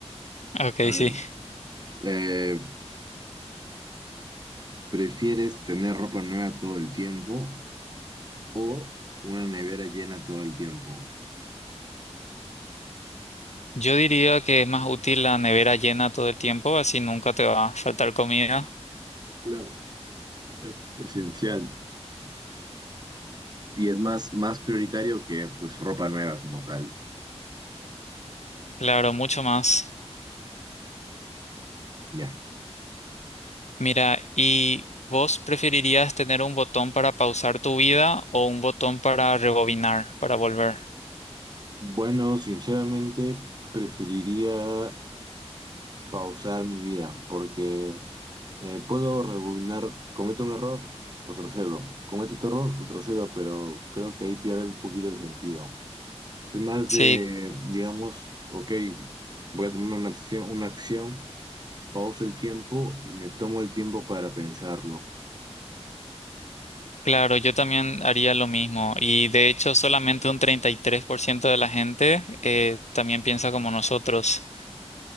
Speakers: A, on the left (about 85°); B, on the right (about 40°).
A: Ok,
B: A
A: sí.
B: ver, eh, ¿prefieres tener ropa nueva todo el tiempo o una nevera llena todo el tiempo?
A: Yo diría que es más útil la nevera llena todo el tiempo, así nunca te va a faltar comida.
B: Claro, es esencial. Y es más, más prioritario que pues ropa nueva como tal.
A: Claro, mucho más.
B: Ya.
A: Mira, ¿y vos preferirías tener un botón para pausar tu vida o un botón para rebobinar, para volver?
B: Bueno, sinceramente preferiría pausar mi vida porque... Eh, puedo rebobinar, cometo un error, retrocedo. Cometo otro error, retrocedo, pero creo que ahí pierde un poquito el sentido. Soy más
A: Sí,
B: de, digamos, ok, voy a tomar una acción, una acción, pauso el tiempo y me tomo el tiempo para pensarlo.
A: claro, yo también haría lo mismo. Y de hecho, solamente un 33% de la gente eh, también piensa como nosotros.